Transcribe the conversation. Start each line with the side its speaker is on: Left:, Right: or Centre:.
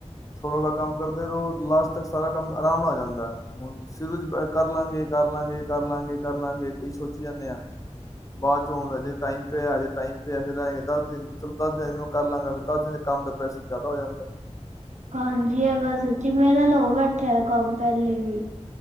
Left: ਥੋੜ੍ਹਾ ਥੋੜ੍ਹਾ ਕੰਮ ਕਰਦੇ ਰੋ। ਲਾਸਟ ਤੱਕ ਸਾਰਾ ਕੰਮ ਆਰਾਮ ਨਾਲ ਹੋ ਜਾਂਦਾ ਐ। ਹੁਣ ਸ਼ੁਰੂ ਚ ਬੇ‌‌ ਕਰ ਲਾਂਗੇ ਕਰ ਲਾਂਗੇ ਕਰ ਲਾਂਗੇ ਕਰ ਲਾਂਗੇ ਏਈ ਸੋਚੀ ਜਾਂਨੇ ਆਂ। ਬਾਦ ਚ ਹੁਣ ਹਜੇ ਟਾਈਮ ਪਿਆ, ਹਜੇ ਟਾਈਮ ਪਿਆ, ਫਿਰ ਰਹਿ ਜਾਣਗੇ ਦਸ ਦਿਨ, ਚਲੋ ਦਸ ਦਿਨ ਹੈਗੇ ਨੇ, ਕਰ ਲਾਂਗਾ। ਫਿਰ ਦਸ ਦਿਨ ਚ ਕੰਮ ਦਾ ਪ੍ਰੈਸ਼ਰ ਜ਼ਿਆਦਾ ਹੋ ਜਾਂਦੈ।
Right: ਹਾਂਜੀ ਇਹ ਗੱਲ ਸੱਚੀ। ਮੇਰੇ ਨਾਲ ਹੋ ਬੈਠਿਆ ਐ ਕੰਮ ਪਹਿਲੇ ਵੀ।